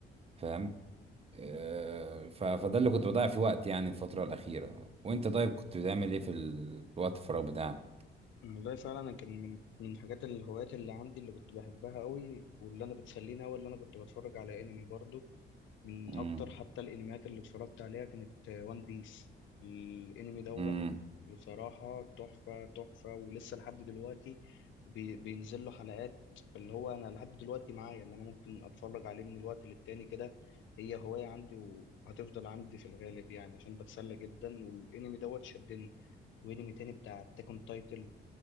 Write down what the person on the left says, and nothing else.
والله فعلا انا كان من من حاجات الهوايات اللي عندي اللي كنت بحبها قوي واللي انا بتسليني قوي اللي انا كنت بتفرج على انمي برضه من
اكتر حتى الانميات اللي اتفرجت عليها كانت وان بيس الانمي دوت
بصراحة تحفة تحفة ولسه لحد دلوقتي بي- بينزل له حلقات فاللي هو انا لحد دلوقتي معايا اللي انا ممكن اتفرج عليه من الوقت للتاني كده هي هواية عندي وهتفضل عندي في الغالب يعني عشان بتسلى جدا والانمي دوت شدني وانمي تاني بتاع تاكون تايتل